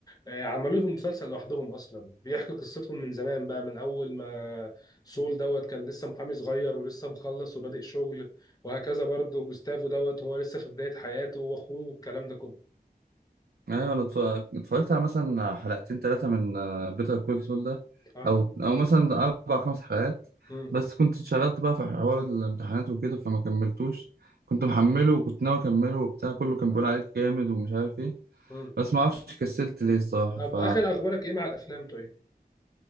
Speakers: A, on the left; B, on the right.
A: آه، عملوا لهم مسلسل لوحدهم اصلا بيحكي قصتهم من زمان بقى من اول ما سول دوت كان لسه محامي صغير ولسه مخلص وبادئ شغل وهكذا برضه جوستافو دوت هو لسه في بداية حياته واخوه والكلام ده كله
B: ايوه انا اتف- اتفرجت على مثلا حلقتين ثلاثه من بيتر كول سول ده
A: اه
B: او او مثلا اربع خمس حلقات
A: مم.
B: بس كنت اتشغلت بقى في حوار الامتحانات وكده فما كملتوش كنت محمله وكنت ناوي اكمله وبتاع كله كان بيقول
A: آه.
B: عليك جامد ومش عارف ايه
A: مم.
B: بس ما اعرفش كسلت ليه الصراحه
A: طب
B: ف
A: اخر اخبارك ايه مع الافلام طيب